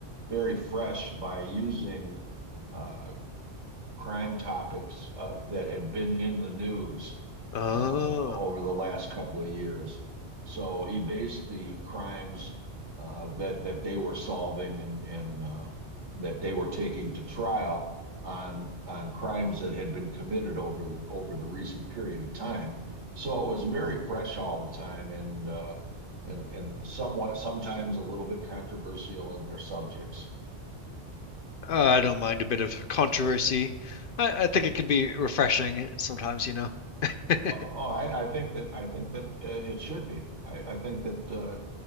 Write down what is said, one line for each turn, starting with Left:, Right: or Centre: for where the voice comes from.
Right: very fresh by using uh, crime topics uh, that had been in the news
Left: Oh.
Right: uh, over the last couple of years. So he based the crimes uh, that that they were solving and and uh, that they were taking to trial on on crimes that had been committed over the, over the recent period of time. So it was very fresh all the time and uh, and and somewhat sometimes a little bit controversial in their subjects.
Left: Uh, I don't mind a bit of controversy. I, I think it can be refreshing sometimes, you know. <laughs>
Right: Oh, I, I think that I think that uh, it should be. I, I think that uh,